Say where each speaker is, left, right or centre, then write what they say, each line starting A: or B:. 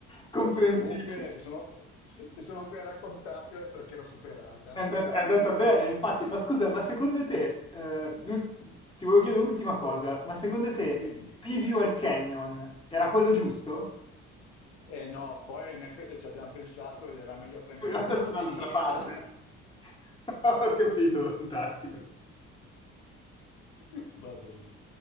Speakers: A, on the left; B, on the left.
A: comprensibile.
B: Comunque, se sono, se sono qui a raccontartelo è perché l'ho superata.
A: È andat-
B: <laughs>
A: è andata, bene, infatti. Ma scusa, ma secondo te, eh, l'ul- ti volevo chiedere l'ultima cosa, ma secondo te
B: Dimmi.
A: il preview al Canyon era quello giusto?
B: Eh no, poi in effetti ci abbiamo pensato ed era meglio
A: <laughs>
B: prendere
A: È andato
B: quella finita.
A: dall'altra parte. <laughs> Ho capito, fantastico.
B: <laughs> Va bene.